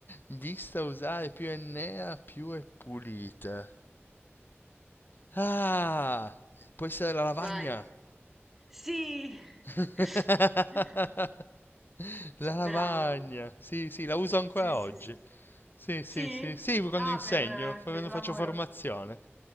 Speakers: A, on the left; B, in the centre.
A: Vista usare più è nera, più è pulita. Ah, può essere la lavagna.
B: Vai. Sì!
A: <laughs>
B: <laughs>
A: La lavagna.
B: Bravo.
A: Sì, sì, la uso ancora
B: Sì, sì,
A: oggi.
B: sì.
A: Sì, sì,
B: Sì?
A: sì. Sì, quando
B: Ah,
A: insegno,
B: per, eh,
A: quando
B: per il lavoro.
A: faccio formazione.